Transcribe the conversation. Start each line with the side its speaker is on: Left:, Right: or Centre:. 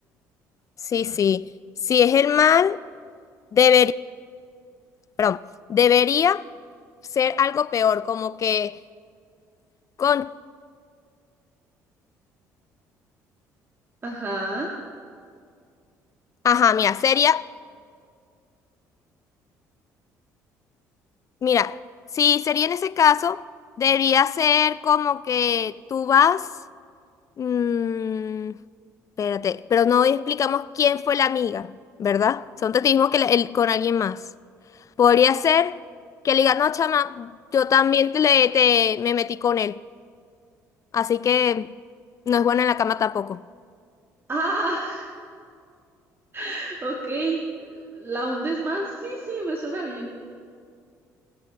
Left: Sí, sí. Si es el mal, debería, perdón, debería ser algo peor, como que con,
Right: Ajá.
Left: ajá, mira, sería, mira, si sería en ese caso, debería ser como que tú vas. Mm, espérate, pero no explicamos quién fue la amiga, ¿verdad? Son testigos que le- él- con alguien más. Podría ser que le diga, no, chama, yo también te, le- te- me metí con él, así que no es bueno en la cama tampoco.
Right: Ah, <laughs> ok. ¿La hundes más? Sí, sí, me suena bien.